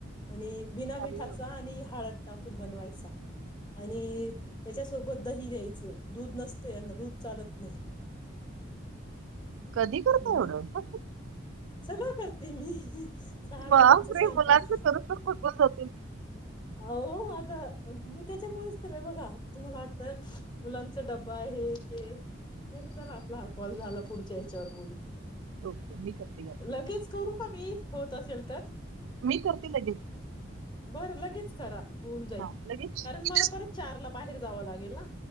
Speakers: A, on the left; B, on the right.
A: आणि बिना
B: भारी
A: मिठाचा
B: आहे.
A: आणि हळद टाकून बनवायचा आणि त्याच्यासोबत दही द्यायचं दूध नसतं यांना दूध चालत नाही <inaudible>
B: कधी करता
A: आणि मग
B: एवढं
A: सगळं करते मी सहा
B: बापरे
A: जणांचा स्वयंपाक
B: मुलांच करून तर थकून जातील.
A: हो आता मग मी त्याच्यामुळेचत र आहे बघा तुम्हाला वाटतं मुलांचा डब्बा आहे ते बरं चला आपला हा कॉल झाला पुढच्या याच्यावर बोलून
B: ओके मी करते का
A: लगेच करू का मी होत असेल तर
B: मी करते लगेच
A: बर लगेच करा होऊन जाईल
B: हा लगेच
A: कारण
B: इथेच
A: मला परत चार ला बाहेर जावं लागेल ना